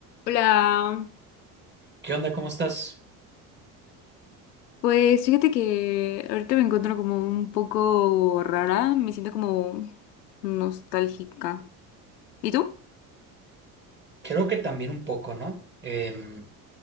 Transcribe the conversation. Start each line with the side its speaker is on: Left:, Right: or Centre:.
Left: Hola,
Right: ¿Qué onda? ¿Cómo estás?
Left: pues fíjate que ahorita me encuentro como un poco rara, me siento como nostálgica. ¿Y tú?
Right: Creo que también un poco, ¿no? Em,